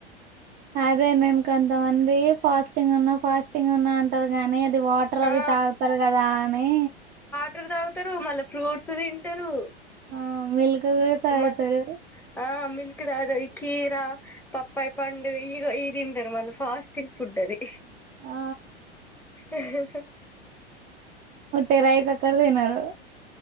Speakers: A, on the right; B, in the centre.
A: అదే నేను కొంతమంది ఫాస్టింగ్ ఉన్నా ఫాస్టింగ్ ఉన్నా అంటారు కాగానీ అది వాటర్ అవి
B: ఆ
A: తాగుతారు కదా అని
B: వాట్రూ తాగుతారు మళ్ళా ఫ్రూట్స్ తింటారు
A: ఆ మిల్క్ కూడా తాగుతారు
B: మ ఆ మిల్క్ తగావి కీరా పప్పాయ పండు ఇగ ఈ తింటారు మళ్ళీ ఫాస్టింగ్ ఫుడ్ అది
A: ఆ
B: ఆహ్
A: ఉట్టి రైస్ ఒకటి తినరు